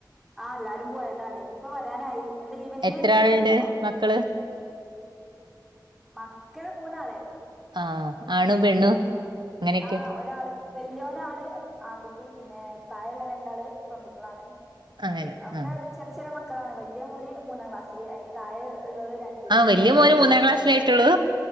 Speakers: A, in the centre; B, on the right.
A: ആഹ് എല്ലാരും പോയതാണ് ഇനിയിപ്പോ വരാനായി എന്താ ഈവനിങ്ങിനു
B: എത്ര
A: എന്ത
B: ആളുണ്ട്
A: ഉണ്ടാക്കിയോ
B: മക്കള്
A: മക്കള് മൂന്നാള്
B: ആ ആണു പെണ്ണും
A: ആ
B: അങ്ങനൊക്കെ
A: ആ ഒരാള് വല്യോനാണ് ആൺകുട്ടി പിന്നെ താഴൊള്ള രണ്ടാള് പെൺകുട്ടികളാണ്
B: അങ്ങനെ
A: പിന്നെ ഒക്കെ
B: ആഹ്
A: ചെറ് ചെറിയ മക്ക് ക്കളാണ് വലിയ മോന് മൂന്നാം ക്ലാസ്സില് അതിൻ്റെ താഴെ ള്ളോള് രണ്ടില്
B: ആഹ് വല്യ
A: അതിന്റെ
B: മോന്
A: താഴെയുള്ള
B: മൂന്നാം ക്ലാസ്സിലായിട്ടുള്ളൂ